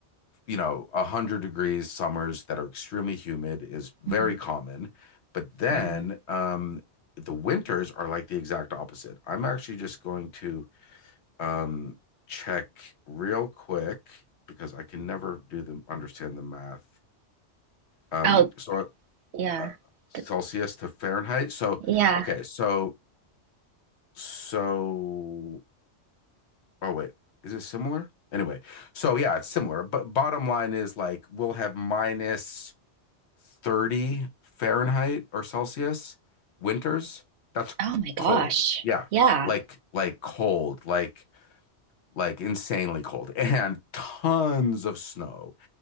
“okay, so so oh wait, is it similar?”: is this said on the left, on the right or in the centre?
Left